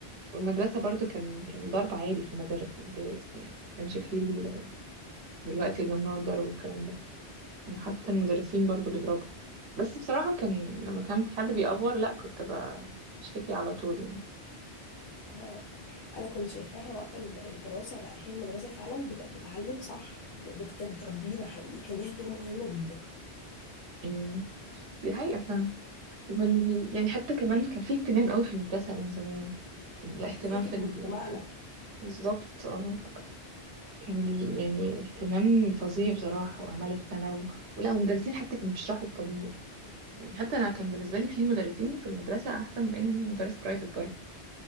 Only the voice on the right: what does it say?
والمدرسه برضو كان كان ضرب عادي في المدار- في المدارس يعني ما كانش فيه ال- دلوقتي ممنوع الضرب والكلام ده كان حتى المدرسين برضو بيضربوا بس بصراحه كان لما كان في حد بيأفور لا كنت ب- بشتكي على طول يعني
أمم. دي حقيقة فعلا وال... يعني حتى كمان كان في اهتمام قوي في المدرسة أيام زمان الاهتمام
في ال...
في ال- بالظبط اه كان ال... يعني اهتمام فظيع بصراحة وأعمال السنة و... ولا ومدرسين حتى كانوا بيشرحوا بضمير يعني حتى أنا كان بالنسبة لي في مدرسين في المدرسة أحسن من أي مدرس برايفت بره